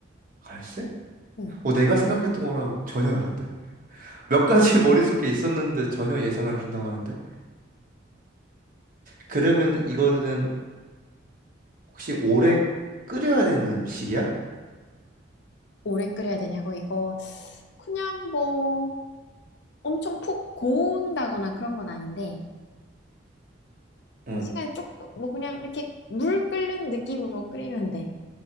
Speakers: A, on the right; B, on the left.
A: 갈색?
B: 응.
A: 어, 내가 생각했던 거랑 전혀 다른데? 몇 가지 <laughs> 머릿속에 있었는데 전혀 예상을 빗나가는데? 그러면 이거는 혹시 오래 끓여야 되는 음식이야?
B: 오래 끓여야 되냐고 이거 그냥 뭐 엄청 푹 고운다거나 그런 건 아닌데
A: 응.
B: 시간이 조금 뭐 그냥 이렇게 물 끓는 느낌으로 끓이면 돼.